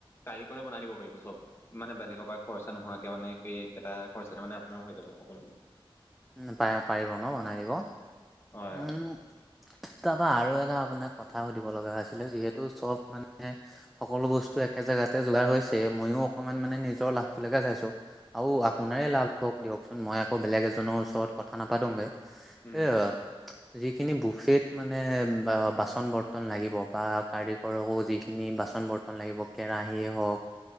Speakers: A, on the left; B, in the centre.
A: কাৰিকৰে বনাই দিব পাৰিব চব, মানে বেলেগৰ পৰা খৰচা নোহোৱাকে মানে সেই কেইটা খৰচাতে মানে আপোনাৰ হৈ যাব সকলোবোৰ।
B: উম, প-পাৰিব ন' বনাই দিব?
A: হয়
B: উম
A: হয়
B: তাৰপা আৰু এটা আপোনাক কথা সুধিব লগা হৈছিলে, যিহেতু চব মানে সকলো বস্তু একে জেগাতে যোগাৰ হৈছে। মইয়ো অকণমান মানে নিজৰ লাভটোলৈকে চাইছোঁ। আৰু আপোনাৰে লাভ হওক দিয়কচোন, মই আকৌ বেলেগ এ জনৰ ওচৰত কথা নাপাটোগে,
A: উম
B: এ
A: হয়
B: যিখিনি বুফেত মানে বাচন-বৰ্তন লাগিব বা কাৰিক কৰকো যিখিনি বাচন-বৰ্তন লাগিব, কেৰাহিয়ে হ'ওক